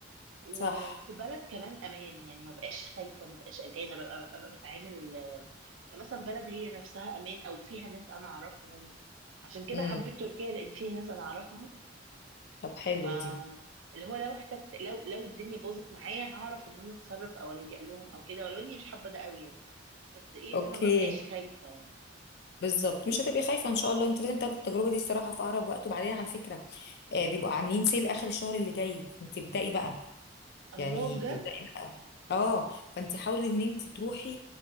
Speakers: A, on the right (about 85°); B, on the left (about 60°).
A: وفي
B: صح
A: بلد كمان امان يعني ما بقاش خايفه ما بقاش قلقانه ببقى, ببقى بتعامل آه، مثلا بلد هي نفسها امان او فيها ناس انا اعرفهم عشان كده
B: امم
A: حبيت تركيا لان فيها ناس انا اعرفهم
B: طب حلو
A: آه
B: دي
A: اللي هو لو احتجت لو لو الدنيا باظت معايا هعرف ان انا اتصرف او الجا لهم او كده ولو اني مش حابه ده قوي يعني بس ايه
B: اوكي
A: ان انا ما بقاش خايفه يعني
B: بالظبط مش هتبقي خايفه ان شاء الله انت لازم تاخدي التجربه دي الصراحه في اقرب وقت وبعدين على فكره آه بيبقوا عاملين
A: مم.
B: سيل اخر الشهر اللي جاي انت ابدأي بقى
A: الله
B: يعني
A: بجد
B: ابدأي بقى اه فانت حاولي ان انت تروحي